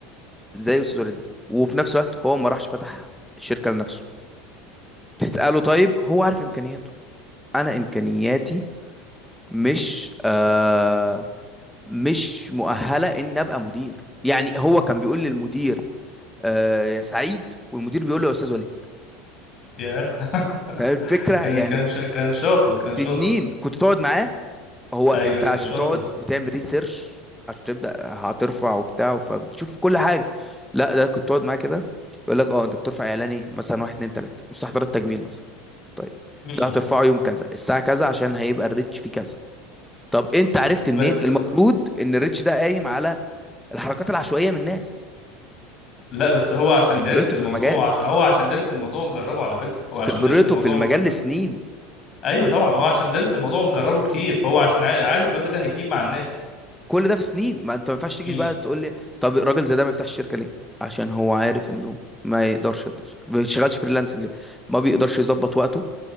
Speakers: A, in the centre; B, on the left.
A: زي أستاذ وليد ده وفي نفس الوقت هو ما راحش فتح شركة لنفسه تسأله طيب هو عارف إمكانياته أنا إمكانياتي مش آه مش مؤهله ان ابقى مدير يعني هو كان بيقول للمدير آه يا سعيد والمدير بيقول له يا استاذ وليد
B: يا <laughs>
A: فاهم الفكره
B: كان
A: يعني
B: كان شا- كان شاطر كان
A: تنين
B: شاطر
A: كنت تقعد معاه هو
B: ايوه
A: انت
B: كان
A: عشان
B: شاطر
A: تقعد بتعمل ريسيرش عشان تبدا هترفع وبتاع فبتشوف كل حاجه لا ده كنت تقعد معاه كده يقول لك اه انت بترفع اعلاني مثلا واحد اتنين تلاته مستحضرات تجميل مثلا طيب
B: م-م.
A: ده هترفعه يوم كذا الساعه كذا عشان هيبقى الريتش فيه كذا طب انت عرفت منين
B: بس
A: المفروض ان الريتش ده قايم على الحركات العشوائيه من الناس
B: لا بس هو عشان
A: خبرته
B: دارس الموضوع
A: في المجال
B: وعش... هو عشان دارس الموضوع مجربه على فكره هو عشان
A: خبرته
B: دارس الموضوع
A: في المجال لسنين
B: ايوه طبعا هو عشان دارس الموضوع ومجربه كتير فهو عشان عا- عارف الواد ده هيجيب مع الناس
A: كل ده في سنين ما انت ما ينفعش تيجي
B: امم
A: بقى تقول لي طب الراجل زي ده ما يفتحش شركه ليه عشان هو عارف انه ما يقدرش يفتح شركه ما بيشتغلش فريلانسنج ليه ما بيقدرش يظبط وقته